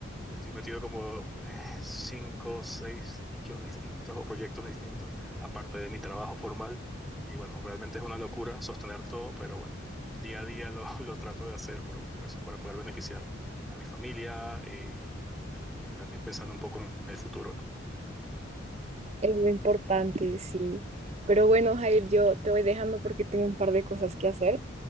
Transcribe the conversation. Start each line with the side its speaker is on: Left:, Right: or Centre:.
Centre: Estoy metido como eh, cinco o seis nichos distintos o proyectos distintos, aparte de mi trabajo formal. Y bueno, realmente es una locura sostener todo, pero bueno, día a día lo, <laughs> lo trato de hacer por, por eso, para poder beneficiar a mi familia y, y mi- también pensando un poco en el futuro.
Right: Es lo importante, sí. Pero bueno, Jair, yo te voy dejando porque tengo un par de cosas que hacer